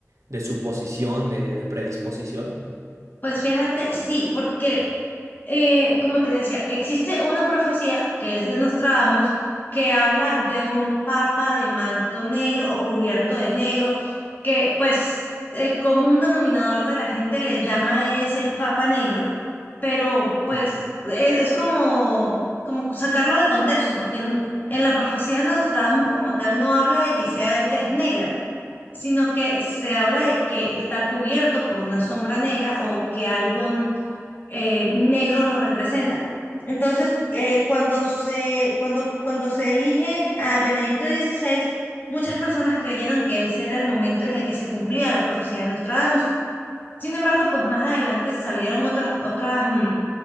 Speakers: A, on the right; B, on the left.
A: de suposición, de, de predisposición?
B: Pues fíjate, sí, porque eh, como te decía, existe una profecía que es de Nostradamus que habla de un papa de manto negro o cubierto de negro, que pues el común denominador de la gente le llama es el papa negro, pero pues
A: Mm.
B: es, es como, como sacarlo de contexto, porque en, en la profecía de Nostradamus como tal no habla de que sea de tez negra sino que se habla de que está cubierto por una sombra negra o que algo eh, negro lo representa. Entonces, eh, cuando se, cuando, cuando se elige a Benedicto XVI, muchas personas creyeron que ese era el momento en el que se cumplía la profecía de Nostradamus. Sin embargo, pues más adelante salieron otras, otras mm,